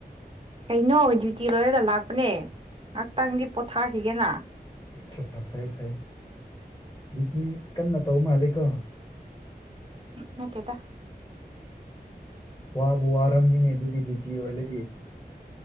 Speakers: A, on the right; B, on the left.
A: ꯀꯩꯅꯣ ꯗ꯭ꯌꯨꯇꯤ ꯂꯣꯏꯔꯒ ꯂꯥꯛꯄꯅꯦ ꯉꯥꯛꯇꯪꯗꯤ ꯄꯣꯊꯥꯈꯤꯒꯦꯅ
B: ꯑꯆ ꯆꯥ ꯐꯩ ꯐꯩ ꯗ꯭ꯌꯨꯇꯤ ꯀꯟꯅ ꯇꯧꯕ ꯃꯥꯜꯂꯤꯀꯣ
A: ꯅꯠꯇꯦꯗ
B: ꯋꯥꯕꯨ ꯋꯥꯔꯝꯅꯤꯅꯦ ꯑꯗꯨꯗꯤ ꯗ꯭ꯌꯨꯇꯤ ꯑꯣꯏꯔꯗꯤ